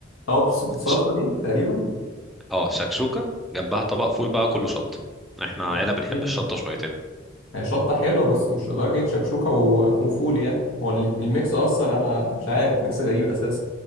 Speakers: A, on the left (about 80°); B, in the centre.
A: هو بص- بالصلصه
B: ش...
A: دي تقريبا
B: اه شكشوكه جنبها طبق فول بقى كله شطه احنا
A: ايه
B: عيله بنحب
A: إيه ده
B: الشطه شويتين
A: هي شطه حلوه بس مش لدرجه شكشوكه و- وفول يعني هو ال- الميكس اصلا انا مش عارف ميكس غريب اساسا